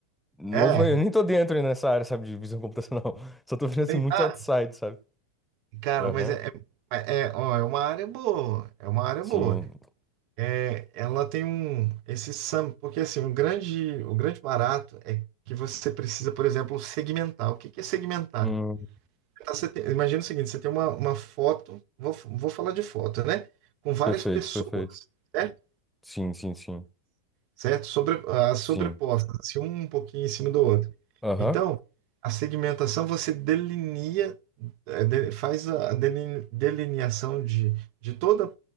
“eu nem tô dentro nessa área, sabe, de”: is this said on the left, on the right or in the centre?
Centre